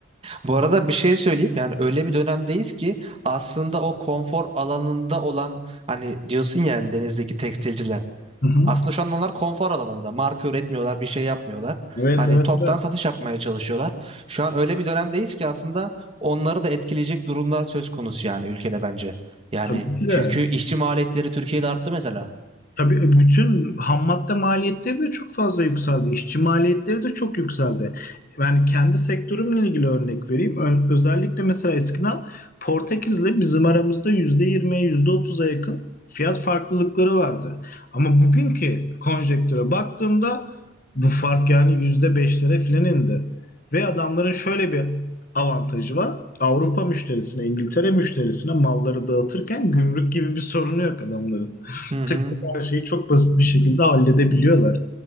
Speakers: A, on the right (about 30°); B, on the left (about 40°).
A: Bu arada bir şey söyleyeyim yani öyle bir dönemdeyiz ki aslında o konfor alanında olan hani diyorsun ya hani denizdeki tekstilciler
B: <laughs> Hı hı.
A: aslında şu an onlar konfor alanında marka üretmiyorlar bir şey yapmıyorlar
B: Evet
A: hani
B: evet
A: toptan
B: evet.
A: satış yapmaya çalışıyorlar şu an öyle bir dönemdeyiz ki aslında onları da etkileyecek durumlar söz konusu yani ülkede bence yani
B: Tabii ki
A: çünkü
B: de.
A: işçi maliyetleri Türkiye'de arttı mesela.
B: Tabii e, bütün ham madde maliyetleri de çok fazla yükseldi. İşçi maliyetleri de çok yükseldi. Ben kendi sektörümle ilgili örnek vereyim. Ö- özellikle mesela eskiden Portekiz'le bizim aramızda yüzde yirmiye yüzde otuz'a yakın fiyat farklılıkları vardı. Ama bugünkü konjektüre baktığımda bu fark yani yüzde beşlere filan indi. Ve adamların şöyle bir avantajı var. Avrupa müşterisine, İngiltere müşterisine malları dağıtırken gümrük gibi bir sorunu yok adamların
A: Hı hı.
B: tık tık her şeyi çok basit bir şekilde halledebiliyorlar.